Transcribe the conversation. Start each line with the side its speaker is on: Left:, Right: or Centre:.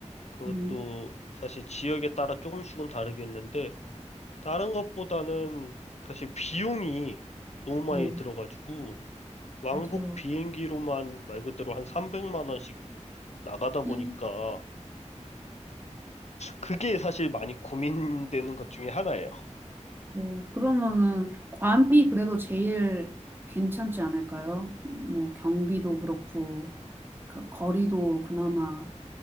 Left: 그것도
Right: 음.
Left: 사실 지역에 따라 조금씩은 다르겠는데, 다른 것보다는 사실 비용이 너무 많이
Right: 네,
Left: 들어가지고 왕복
Right: 맞아요.
Left: 비행기로만 말 그대로 한 300만 원씩 나가다 보니까
Right: 음.
Left: 그게 사실 많이 고민되는 것 중에 하나예요.
Right: 뭐 그러면은 괌이 그래도 제일 괜찮지 않을까요? 뭐 경비도 그렇고 그 거리도 그나마